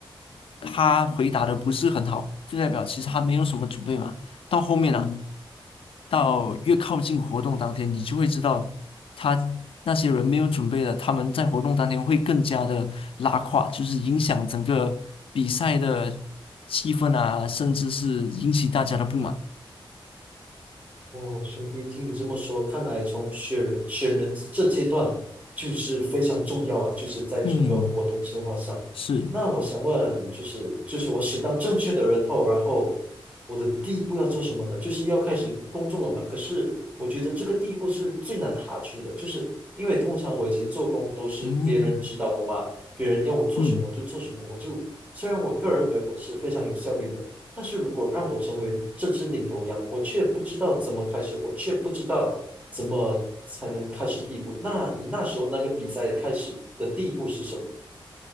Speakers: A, on the left (about 75°); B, on the right (about 15°).
A: 他回答的不是很好，就代表其实他没有什么准备嘛。到后面啊，到越靠近活动当天，你就会知道他那些人没有准备的，他们在活动当天会更加的拉胯，就是影响整个比赛的气氛啊，甚至是引起大家的不满。
B: 哦，兄弟，听你这么说，看来从选人选人这阶段就是非常重要啊，就是在整个活动策划上。
A: 嗯，是。
B: 那我想问，就是就是我选到正确的人后，然后我的第一步要做什么呢？就是要开始工作了嘛。可是我觉得这个第一步是最难踏出的，就是因为通常我以前做工都是别人指导我嘛，
A: 嗯
B: 别人要我做什么我就做什么，
A: 嗯
B: 我就虽然我个人认为我是非常有效率的。但是如果让我成为这只领头羊，我却不知道怎么开始，我却不知道怎么才能开始第一步。那你那时候那个比赛开始的第一步是什么？